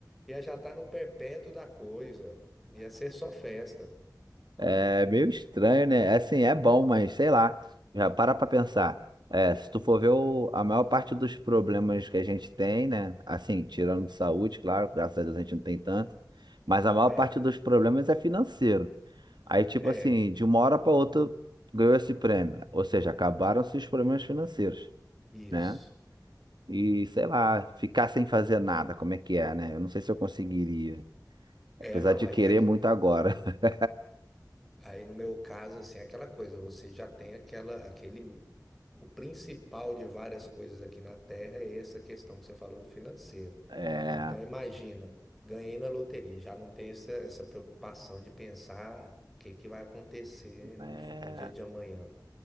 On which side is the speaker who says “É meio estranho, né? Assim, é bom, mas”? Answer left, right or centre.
Right